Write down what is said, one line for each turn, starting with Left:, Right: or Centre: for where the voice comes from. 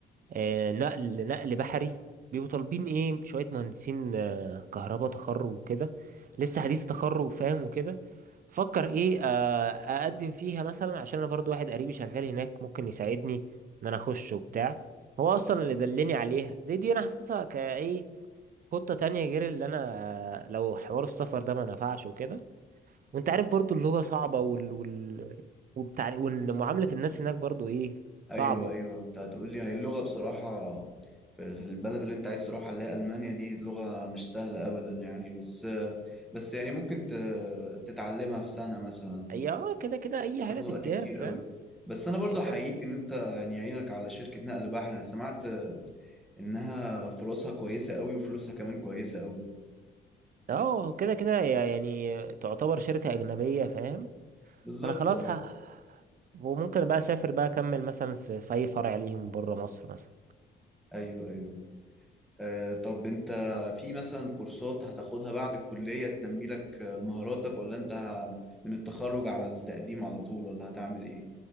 Right: آه، نقل نقل بحري بيبقوا طالبين ايه شوية مهندسين آه، كهرباء تخرج وكده لسه حديث تخرج فاهم وكده فكر ايه آه، اقدم فيها مثلا عشان انا برضو واحد قريبي شغال هناك ممكن يساعدني ان انا اخش وبتاع هو اصلا اللي دلني عليها دي دي انا حطيتها كايه خطة تانية غير اللي انا لو حوار السفر ده ما نفعش وكده وانت عارف برضو اللغة صعبة وال وال وبتاع ومعاملة الناس هناك برضو ايه
Centre: ايوه
Right: صعبة
Centre: ايوه انت هتقول لي هي اللغه بصراحه في في البلد اللي انت عايز تروحها اللي هي المانيا دي لغه مش سهله ابدا يعني بس بس يعني ممكن ت- تتعلمها في سنه مثلا
Right: هي اه كده كده اي
Centre: مش تاخد
Right: حاجة تتجاب
Centre: وقت كتير
Right: فاهم
Centre: قوي بس انا برضو
Right: يعني كل
Centre: احييك ان انت يعني عينك على شركه نقل بحر انا سمعت انها فرصها كويسه قوي وفلوسها كمان كويسه قوي
Right: اه كده كده هي يعني تعتبر شركة أجنبية فاهم
Centre: بالظبط
Right: انا خلاص
Centre: اه
Right: ه... وممكن بقى اسافر بقى اكمل مثلا في, في اي فرع ليهم بره مصر مثلا
Centre: ايوه ايوه آه، طب انت في مثلا كورسات هتاخدها بعد الكلية تنمي لك آه، مهاراتك ولا انت ه- من التخرج على التقديم على طول ولا هتعمل ايه؟